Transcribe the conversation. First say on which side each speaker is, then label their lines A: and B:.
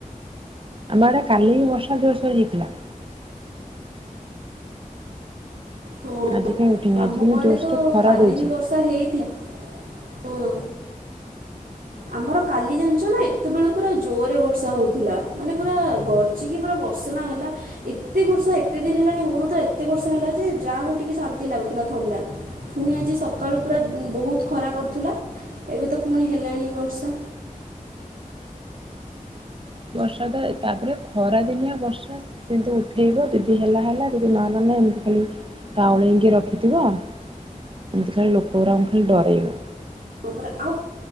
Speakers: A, on the right; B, on the right.
A: ଆମ ଆଡ଼େ କାଲି ବି ବର୍ଷା ଜୋରସେ ହେଇଥିଲା।
B: ହଁ।
A: ଆଜି ଉଠିନି
B: ଆମ
A: ଆଜି କିନ୍ତୁ
B: ଆଡ଼େ
A: ଜୋରସେ
B: ତ
A: ଖରା
B: କାଲି
A: ଦଉଛି।
B: ବି ବର୍ଷା ହେଇଥିଲା ହଁ। ଆମର କାଲି ଜାଣିଛ ନା ଏତେବେଳୁ ପୁରା ଜୋରରେ ବର୍ଷା ହଉଥିଲା ମାନେ ପୁରା ଗର୍ଜିକି ପୁରା ବର୍ଷନା ହେଲା ଏତେ ବର୍ଷା ଏତେ ଦିନ ହେଲାଣି ହେଉ ନଥିଲା ଏତେ ବର୍ଷା ହେଲା ଯେ ଯାହା ହଉ ଟିକେ ଶାନ୍ତି ଲାଗୁଥିଲା ଥଣ୍ଡା ପୁଣି ଆଜି ସକାଳୁ ପୁରା ବହୁତ ଖରା କରୁଥିଲା ଏବେ ତ ପୁଣି ହେଲାଣି ବର୍ଷା।
A: ବର୍ଷା ତ ତାପରେ ଖରା ଦିନିଆ ବର୍ଷା ସେମିତି ଉଠେଇବ ଯଦି ହେଲା ହେଲା ଯଦି ନହେଲା ନାହିଁ ଏମିତି ଖାଲି କାଉଳେଇକି ରଖିଥିବ ଏମିତି ଖାଲି ଲୋକ ଗୁଡାକୁ ଖାଲି ଡରେଇବ।
B: ହଁ ପରା ଆଉ